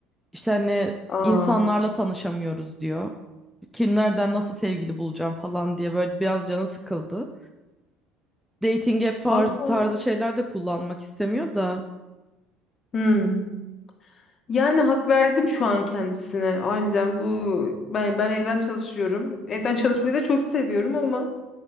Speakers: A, in the centre; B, on the left.
A: İşte hani
B: Aa,
A: insanlarla tanışamıyoruz diyor. Kimlerden nasıl sevgili bulacağım falan diye böyle biraz canı sıkıldı. Dating app farz-
B: valla.
A: tarzı şeyler de kullanmak istemiyor da
B: Hmm. Yani hak verdim şu an kendisine. Aniden bu ben ben evden çalışıyorum. Evden çalışmayı da çok seviyorum ama